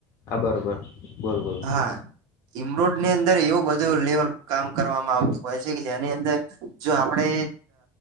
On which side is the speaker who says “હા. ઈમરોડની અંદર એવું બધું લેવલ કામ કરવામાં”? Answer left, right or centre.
Right